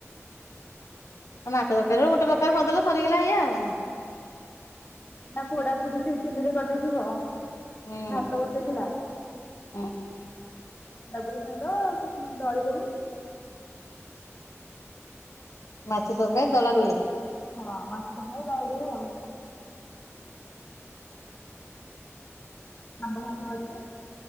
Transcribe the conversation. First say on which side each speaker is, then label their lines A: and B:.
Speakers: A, on the left; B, on the left.
A: ମାଛ ତରକାରି <unintelligible> ଗୋଟେ ପ୍ରକାର କରିଦେଲ ସରିଗଲା ଏଇଆ। ଆଉ
B: ତା ପୋଡା ପୋଡି ସେଇ ଚୁଲିରେ କରିଦେଇଥିବ
A: ହୁଁ
B: ଭାତ ବସେଇଥିଲା।
A: ହୁଁ।
B: ଜାବୁଡ଼ି ଧରିଦେବ ତୁ ଦଳି ଦବୁ।
A: ମାଛ ତରକାରୀ ଦଳା ଦୁଳି।
B: ହଁ ମାଛ ତରକାରି ଦଳାଦୁଳି ଆଉ। ଆମ୍ବ ଫାମ୍ବ ଅଛି।